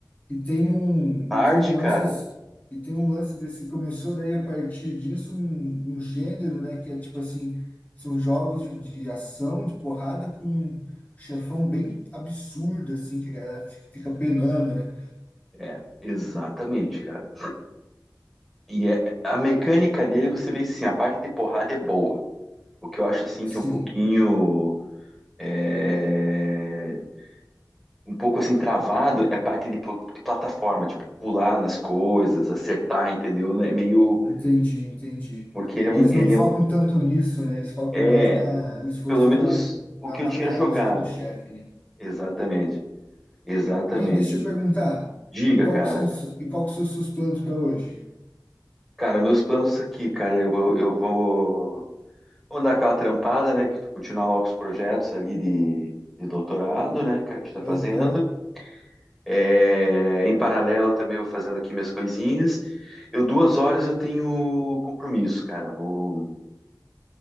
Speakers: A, on the left; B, in the centre.
A: E tem um,
B: hard,
A: e tem um lance,
B: cara,
A: esse- e tem um lance desse, começou daí a partir disso um, um gênero, né, que é tipo assim, são jogos de, de ação, de porrada com um chefão bem absurdo assim, que a galera fi- fica penando, né?
B: é, exatamente, cara. E é- a mecânica dele, você vê, assim, a parte de porrada é boa. O que eu acho, assim,
A: Sim,
B: que é um pouquinho... é, um pouco assim travado é a parte de, pl- de plataforma, tipo, pular nas coisas, acertar, entendeu? É meio.
A: entendi, entendi.
B: Porque ele é um.
A: Eles
B: Ele
A: não focam
B: é, um-
A: tanto nisso, né? Eles focam
B: é,
A: mais na, o esforço
B: pelo menos
A: na,
B: o
A: na
B: que
A: batalha
B: eu tinha jogado.
A: dos- com o chefe, né?
B: Exatamente. Exatamente.
A: Hein, deixa eu perguntar.
B: Diga,
A: E qual
B: cara.
A: que são, os- e qual que são os seus planos para hoje?
B: Cara, meus planos aqui, cara, eu, vou- eu vou. Vou dar aquela trampada, né? que Continuar lá os projetos ali de, de doutorado, né, cara, que a gente tá
A: Aham.
B: fazendo. É, em paralelo também eu vou fazendo aqui minhas coisinhas. Eu duas horas eu tenho compromisso, cara. Eu vou,